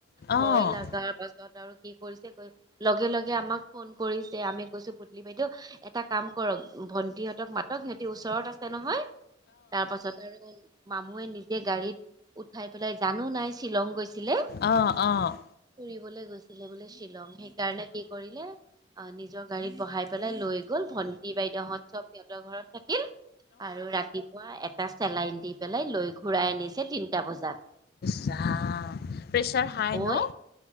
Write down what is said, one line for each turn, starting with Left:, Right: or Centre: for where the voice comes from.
Left: অ',
Right: ভয় লগাৰ পাছত আৰু কি কৰিছে কৈ লগে লগে আমাক ফোন কৰিছে আমি কৈছো পুতলি বাইদেউ এটা কাম কৰক ভন্টি সতক মাতক সিহঁতি ওচৰত আছে নহয়। তাৰ পাছত আৰু মামুবে নিজে গাড়ীত উঠাই পেলাই জানো নাই শ্বিলং গৈছিলে
Left: অ',
Right: ফুৰিবলৈ। ছিল বোলে শ্বিলং সেইকাৰণে কি কৰিলে অ নিজৰ গাড়ীত বহাই পেলাই লৈ গ'ল ভন্টি বাইদেউহত চব সিহঁতৰ ঘৰত থাকিল। আৰু ৰাতিপুৱা এটা চেলাইন দি পেলাই লৈ ঘূৰাই আনিছে তিনটা বজাত।
Left: য প্ৰেছাৰ হাই
Right: অ
Left: ন।